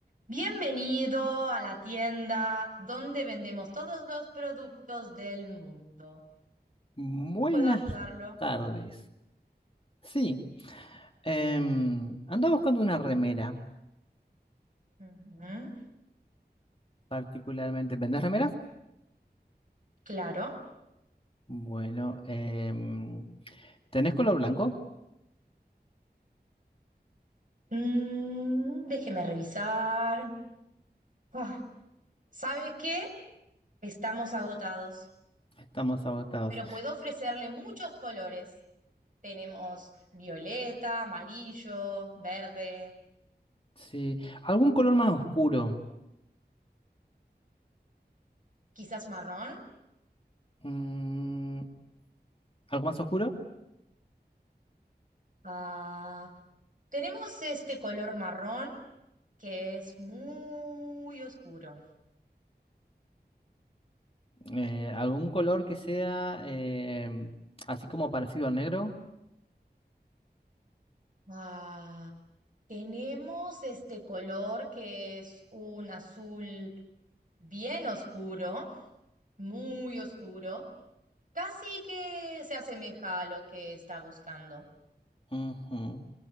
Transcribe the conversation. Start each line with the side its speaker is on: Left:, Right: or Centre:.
Right: Bienvenido a la tienda donde vendemos todos los productos del mundo.
Left: Buenas
Right: ¿Cómo puedo ayudarlo?
Left: tardes. Sí, em, andaba buscando una remera,
Right: Ujú,
Left: particularmente. ¿Vendés remeras?
Right: Claro.
Left: Bueno, em, ¿tenés color blanco?
Right: Mm, déjeme revisar. Ah, ¿sabe qué? Estamos agotados,
Left: Estamos agotados.
Right: pero puedo ofrecerle muchos colores. Tenemos violeta, amarillo, verde,
Left: Sí, ¿algún color más oscuro?
Right: quizás marrón.
Left: Mm, ¿algo más oscuro?
Right: Ah, tenemos este color marrón que es muy oscuro.
Left: Eh, ¿algún color que sea em, así como parecido al negro?
Right: Ah, tenemos este color que es un azul bien oscuro, muy oscuro, casi que se asemeja a lo que está buscando.
Left: Ujú.